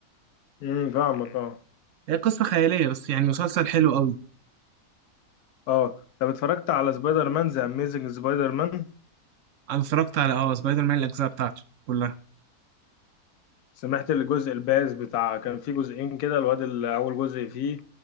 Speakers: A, on the left; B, on the right.
A: امم فاهمك اه
B: هي قصة خيالية بس يعني مسلسل حلو قوي
A: اه طب اتفرجت على سبايدر مان ذا اميزنج سبايدر مان
B: أنا اتفرجت على أه سبايدر مان الأجزاء بتاعته كلها
A: سمعت الجزء البائس بتاع كان في جزئين كده الواد اللي اول جزء فيه